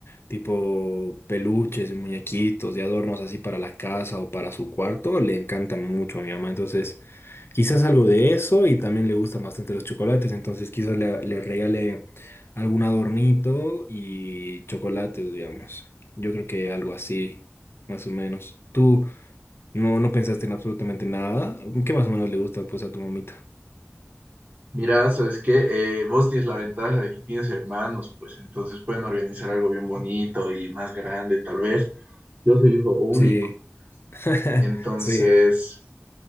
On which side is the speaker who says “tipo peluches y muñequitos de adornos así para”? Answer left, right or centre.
Left